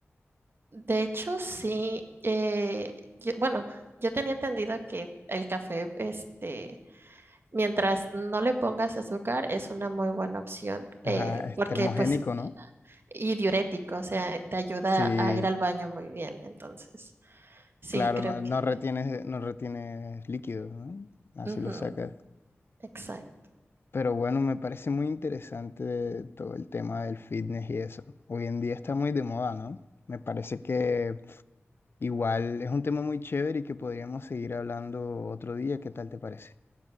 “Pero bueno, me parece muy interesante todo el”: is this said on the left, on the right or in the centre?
Left